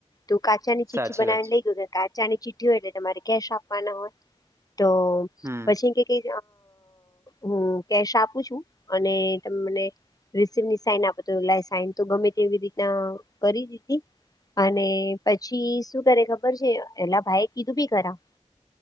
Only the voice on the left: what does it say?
તો કાચાની ચિઠ્ઠી
બનાવાને
લઈ ગયું કે કાચાની ચિતિ હો એટલે તમારે કેશ આપ હો તો
પછી કે હું કેશ આપું છું, અને તને રિસીપ ની સાઈન આપો તો લ સાઈન તો ગમે તેવી રીતના કરી દીધી. અને પછી શું કરે ખબર છે, એેલા ભાઈ કીધું બી કરા